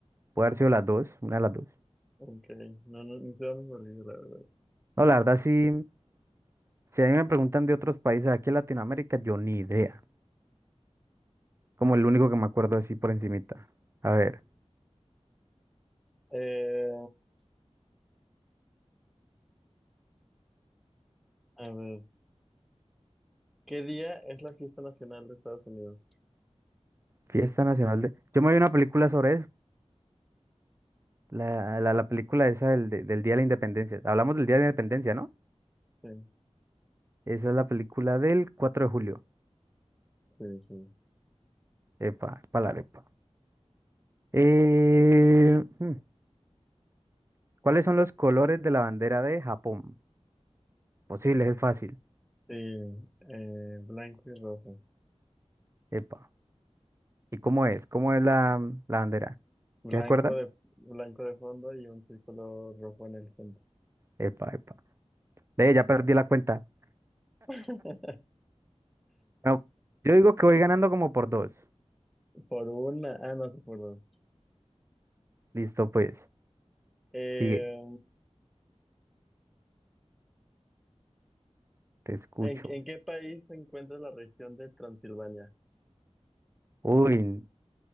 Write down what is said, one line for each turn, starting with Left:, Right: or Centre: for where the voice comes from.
Right: Puede haber sido las dos, una de las dos.
Centre: ok, no, no, ni siquiera me olvido, la verdad.
Right: No, la verdad sí, si a mí me preguntan de otros países aquí en Latinoamérica, yo ni idea. Como el único que me acuerdo así por encimita. A ver,
Centre: Eh, a ver, ¿qué día es la fiesta nacional de Estados Unidos?
Right: Fiesta Nacional de... Yo me vi una película sobre eso, la, la, la película esa del, de- del Día de la Independencia. Hablamos del Día de la Independencia, ¿no?
Centre: Sí,
Right: Esa es la película del 4 de julio.
Centre: sí, sí.
Right: Epa, palarepa. Eh, hmm, ¿cuáles son los colores de la bandera de Japón? Posibles, es fácil.
Centre: Sí, eh, blanco y rojo.
Right: Epa. ¿Y cómo es? ¿Cómo es la, la bandera?
Centre: Blanco
Right: ¿Sí ¿Se acuerda?
Centre: de, blanco de fondo y un círculo rojo en el centro.
Right: Epa, epa. Ve, ya perdí la cuenta.
Centre: <laughs>
Right: no yo digo que voy ganando como por dos.
Centre: Por una, ah, no sé por dos.
Right: Listo, pues.
Centre: Eh,
Right: Sigue, te escucho.
Centre: ¿en, en qué país se encuentra la región de Transilvania?
Right: Uy,